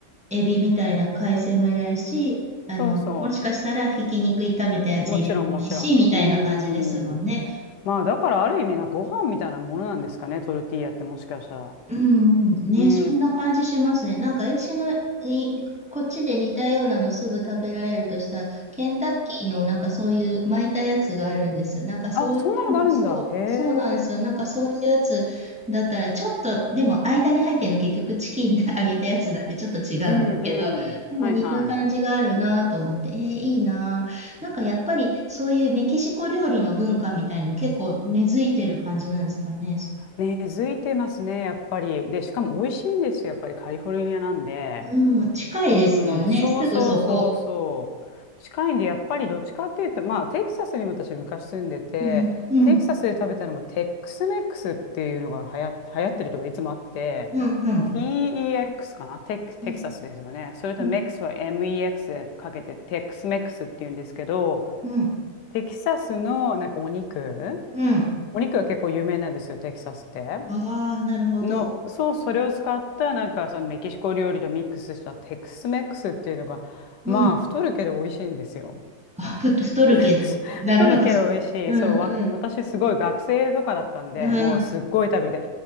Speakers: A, in the centre; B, on the left.
A: エビみたいな海鮮もいらないし、あの、
B: そうそう。
A: もしかしたらひき肉炒めたやつ入れてもいいし、
B: もちろん、もちろん。
A: みたいな感じですもんね。
B: うーん。まあ、だからある意味な、ご飯みたいなものなんですかね、トルティーヤってもしかしたら。
A: うんうん、ね、
B: うん。
A: そんな感じしますね。なんか、えしの、いこっちで似たようなのすぐ食べられるとしたら、ケンタッキーのなんかそういう巻いたやつがあるんですよ。なんかそういう、
B: あ、そんなのがあるんだ。
A: そう、
B: へ
A: そうなんですよ。
B: え。
A: なんかそういうやつだったら、ちょっと、でも間に入ってるの結局チキンで揚げたやつなんでちょっと違うんですけど、
B: うんうん。
A: でも似た感じがあるなと思って、
B: はいはい。
A: えー、いいなぁなんかやっぱりそういうメキシコ料理の文化みたいの結構根付いてる感じなんですかね。
B: 根付いてますね、やっぱり。で、しかも美味しいんですよ、やっぱりカリフォルニアなんで。
A: うん、近いですもんね。
B: うん、そうそうそうそう。
A: すぐそこ。
B: 近いんで、やっぱりどっちかっていうと、まあ、テキサスにも私昔住んでて、
A: うん、うん、
B: テキサスで食べたのもテックスメックスっていうのが流行、流行ってるとかいつもあって、
A: うん、うん、
B: TEX かなテクテキサスですよね。
A: うん、
B: それとメックスは
A: うん、
B: MEX でかけてテックスメックスっていうんですけど、
A: うん。
B: テキサスのなんかお肉、
A: うん
B: お肉が結構有名なんですよ、テキサスって。
A: ああー、なるほど。
B: の、そう、それを使った、なんか、そのメキシコ料理とミックスしたテックスメックスっていうのが、まあ、
A: うん。
B: 太るけど美味しいんですよ。
A: あ、ふ、太るけど。
B: <laughs>
A: なるほど。
B: 太るけど美味しい。
A: うん、
B: そう、わ、
A: うん、
B: 私すごい学生とかだったんで、
A: うん。
B: もうすっごい食べて、